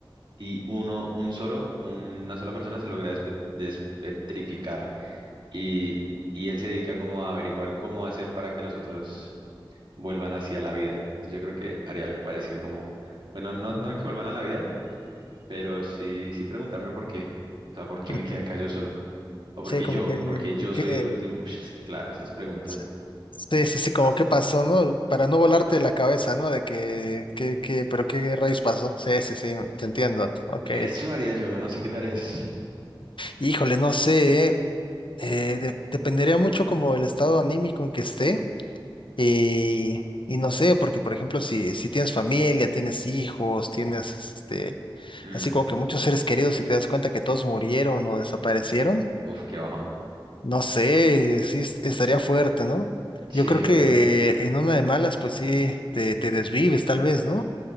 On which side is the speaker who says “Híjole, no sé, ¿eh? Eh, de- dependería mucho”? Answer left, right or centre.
Left